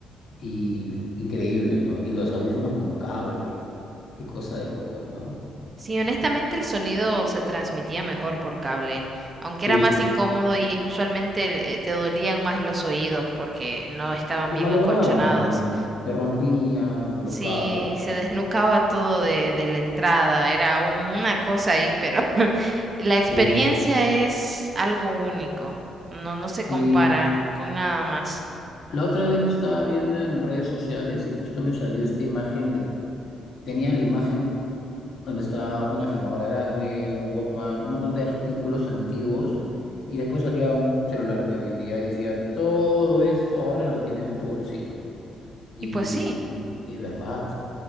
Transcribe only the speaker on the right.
Sí, honestamente el sonido se transmitía mejor por cable, aunque
era más incómodo y usualmente eh, te dolían más los oídos porque no estaban
bien
acolchonados.
Sí,
se desnucaba todo de, de la entrada, era un- una cosa ahí, pero <laughs> la experiencia
es algo único, no, no se
compara con nada más.
Y pues sí.